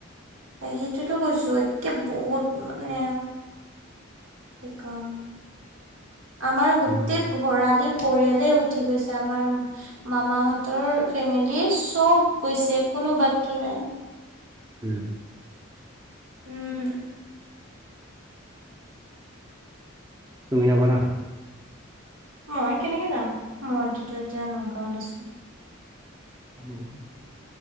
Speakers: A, on the right (about 85°); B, on the right (about 15°).
A: সেইটোতো কৈছো, একে বহুত মানে কি কম। আমাৰ গোটেই
B: উম
A: ভৰালি পৰিয়ালে উঠি গৈছে আমাৰ। মামাহঁতৰ ফেমিলি চব গৈছে কোনো বাকী নাই।
B: উম।
A: উম।
B: তুমি নগলা?
A: মই কেনেকে যাম? মইটো এতিয়া নগাঁৱত আছোঁ।
B: <inaudible>